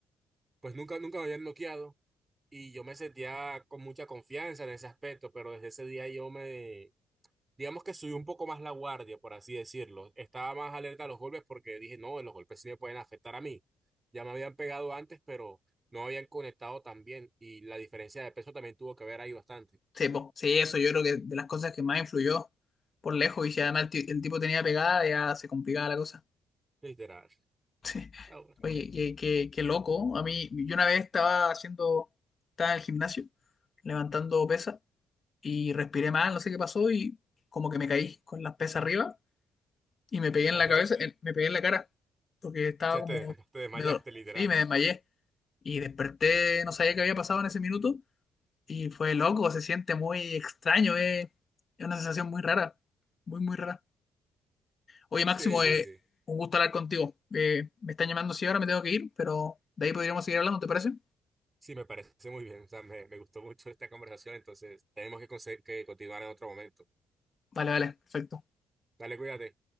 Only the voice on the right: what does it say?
pues nunca, nunca me habían noqueado y yo me sentía con mucha confianza en ese aspecto, pero desde ese día yo me, digamos que subí un poco más la guardia, por así decirlo. Estaba más alerta a los golpes porque dije, no, los golpes sí me pueden afectar a mí. Ya me habían pegado antes, pero no habían conectado tan bien y la diferencia de peso también tuvo que ver ahí bastante,
literal.
Ah, bueno.
O sea,
te,
te,
te te desmayaste,
literal.
Sí, sí,
sí.
Sí, me parece muy bien. O sea, me, me gustó mucho esta conversación, entonces tenemos que, conse- que continuar en otro momento.
Dale, cuídate.